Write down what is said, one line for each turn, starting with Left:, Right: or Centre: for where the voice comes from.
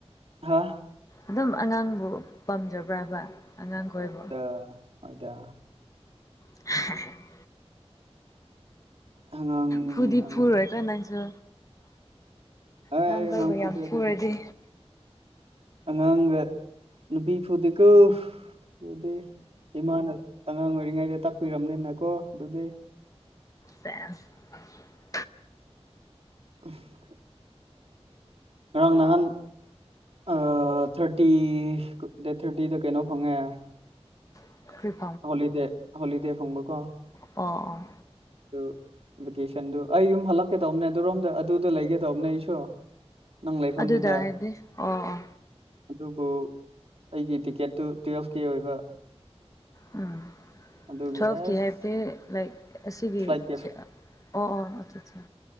Right: ꯍꯥ
Left: ꯑꯗꯨꯝ ꯑꯉꯥꯡꯕꯨ ꯄꯥꯝꯖꯕ꯭ꯔꯕ ꯑꯉꯥꯡ ꯈꯣꯏꯕꯨ
Right: ꯍꯣꯏꯗ ꯍꯣꯏꯗ
Left: <unintelligible>
Right: ꯑꯉꯥꯡ
Left: ꯐꯨꯗꯤ
Right: ꯑꯉꯥꯡ
Left: ꯐꯨꯔꯣꯏꯀꯣ ꯅꯪꯁꯨ
Right: ꯑꯩ
Left: ꯅꯪ ꯀꯣꯏꯕ
Right: ꯑꯉꯥꯡ ꯐꯨꯗꯦ
Left: ꯌꯥꯝ ꯐꯨꯔꯗꯤ
Right: ꯑꯗꯨꯗꯤ ꯑꯉꯥꯡꯒ ꯅꯨꯄꯤ ꯐꯨꯗꯦꯀꯣ ꯑꯗꯨꯗꯤ ꯏꯃꯥꯅ ꯑꯉꯥꯡ ꯑꯣꯏꯔꯤꯉꯩꯗ ꯇꯥꯛꯄꯤꯔꯝꯅꯤꯅꯀꯣ ꯑꯗꯨꯗꯤ
Left: ꯁꯦꯁ <unintelligible>
Right: <unintelligible> ꯉꯔꯥꯡ ꯅꯍꯥꯟ ꯑꯥ ꯊꯥꯔꯇꯤ ꯗꯦꯠ ꯊꯥꯔꯇꯤꯗ ꯀꯩꯅꯣ ꯐꯪꯉꯦ
Left: <unintelligible>
Right: ꯍꯣꯂꯤꯗꯦ ꯍꯣꯂꯤꯗꯦ ꯐꯪꯕꯀꯣ
Left: ꯑꯣ ꯑꯣ
Right: ꯑꯗꯨ ꯚꯦꯀꯦꯁꯟꯗꯨ ꯑꯩ ꯌꯨꯝ ꯍꯜꯂꯛꯀꯦ ꯇꯧꯕꯅꯦ ꯑꯗꯨꯔꯣꯝꯗ ꯑꯗꯨꯗ ꯂꯩꯒꯦ ꯇꯧꯕꯅꯦ ꯑꯩꯁꯨ ꯅꯪ ꯂꯩꯐꯝꯗꯨꯗ
Left: ꯑꯗꯨꯗ ꯍꯥꯏꯕꯗꯤ ꯑꯣ ꯑꯣ
Right: ꯑꯗꯨꯕꯨ ꯑꯩꯒꯤ ꯇꯤꯛꯀꯦꯠꯇꯨ ꯇꯨꯋꯦꯜꯐ ꯀꯦ ꯑꯣꯏꯕ
Left: ꯎꯝ
Right: ꯑꯗꯨꯒꯤ
Left: ꯇ꯭ꯦꯜꯐꯀꯦ
Right: ꯑꯁ
Left: ꯍꯥꯏꯕꯗꯤ ꯂꯥꯏꯛ ꯑꯁꯤꯒꯤ
Right: ꯐ꯭ꯂꯥꯏꯠꯀꯤ
Left: ꯑꯣ ꯑꯣ ꯑꯠꯆꯥ ꯆꯥ